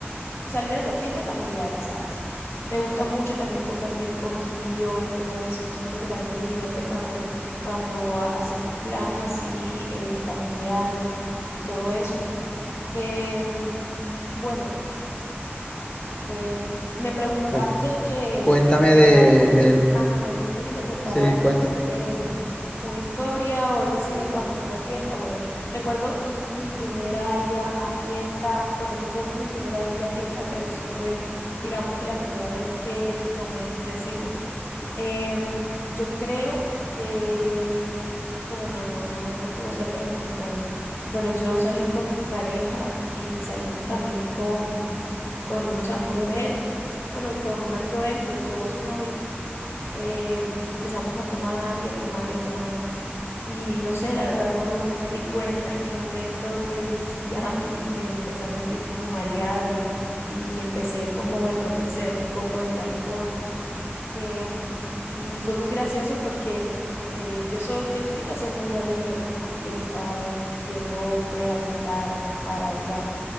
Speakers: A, on the left; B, on the left.
A: salir a tus fiestas familiares, ¿sabes? Me gusta mucho también compartir con mis tíos, todo eso. Yo siento que también me divierto cuando, cuando ha- hacemos planes así eh, familiares y todo eso. Em, bueno, Em, me preguntaste
B: Cuen-
A: que,
B: Cuéntame
A: que te contara
B: de,
A: alguna
B: de
A: historia, ajá, me pediste que te contara
B: Sí, cuenta,
A: em, una historia o algo así de cuando fui a fiesta. Bueno, recuerdo mi primera ida a fiesta, bueno, no fue un- mi primera ida a fiesta, pero sí fue, digamos que la primera vez que tomé excesivo. Em, yo creo que, bueno, no, no, no, no estuvo cerca de mi cumpleaños. Bueno, yo salí con mi pareja y salimos también con, con unos amigos de él bueno, con un amigo de él y él llevó a su novia. em, empezamos a tomar y a tomar y a tomar. Y no sé, la verdad, no, no me di cuenta en qué momento, pues <laughs> ya me, me empecé a sentir como mareada y, y empecé como de pronto a excederme un poco del alcohol. Em, y fue muy gracioso porque eh, yo soy, yo tiendo a ser muy alegre en la fiesta, em, tiendo pues a gritar, a cantar, a bailar.